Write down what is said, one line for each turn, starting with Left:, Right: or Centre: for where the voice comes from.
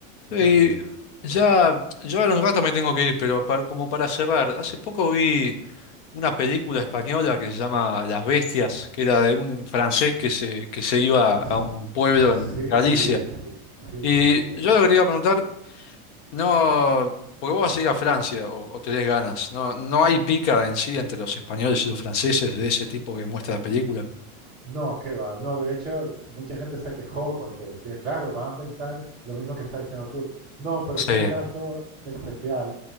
Centre: es
Left: Y
Centre: increíble.
Left: ya, yo ahora un rato me tengo que ir, pero par- como para cerrar, hace poco vi una película española que se llama Las Bestias, que era de un francés que se, que se iba
Centre: <laughs>
Left: a un pueblo en
Centre: Sí,
Left: Galicia.
Centre: sí, sí, sí,
Left: Y
Centre: sí, la he visto.
Left: yo le quería preguntar... No, porque vos vas a ir a Francia o, o tenés ganas. No, no hay pica en sí entre los españoles y los franceses de ese tipo que muestra la película.
Centre: No, qué va. No, de hecho, mucha gente se quejó porque decían, claro, van a pensar lo mismo que está diciendo tú. No, pero
Left: Sí,
Centre: fue un caso especial.